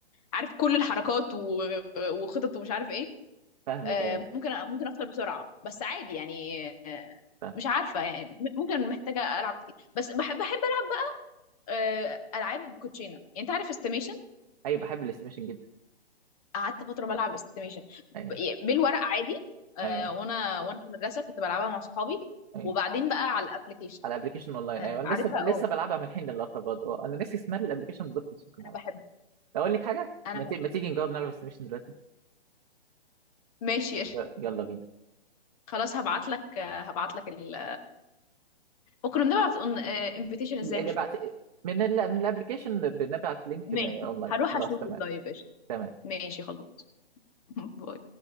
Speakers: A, on the left; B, on the right.
A: عارف كل الحركات و- وخطط ومش عارف ايه
B: فاهمك
A: آه،
B: ايوه
A: ممكن ممكن اخسر بسرعه بس عادي يعني آه،
B: فاهم
A: مش عارفه يعني م- ممكن محتاجه العب كتير بس بحب بحب ألعب، آه، العاب كوتشينه يعني انت عارف استيميشن
B: ايوه بحب الاستيميشن جدا
A: قعدت فتره بلعب استيميشن
B: ايوه
A: بالورق عادي آه،
B: ايوه
A: وانا وانا في المدرسه كنت بلعبها مع صحابي
B: ايوه
A: وبعدين بقى على الابلكيشن
B: على ابلكيشن اونلاين
A: آه،
B: ايوه انا
A: عارفها
B: لسه ب... لسه
A: اه
B: بلعبها من حين للاخر برضه اه انا ناسي اسمها الابلكيشن بالظبط بس ممكن
A: انا
B: نلعبها
A: بحب
B: اقول لك حاجه
A: انا
B: ما,
A: بقى.
B: ت... ما تيجي نجرب نلعب استيميشن دلوقتي
A: ماشي قشطة.
B: ي- يلا بينا
A: خلاص هبعت لك هبعت لك ال... وكنا بنبعت انفيتيشن ازاي
B: اللي
A: مش
B: بعت
A: فاكره
B: من ال... من الابلكيشن بنبعت لينك
A: ماشي
B: اونلاين
A: هروح
B: خلاص
A: اشوفه
B: تمام
A: طيب قشطة.
B: تمام
A: ماشي خلاص <laughs> باي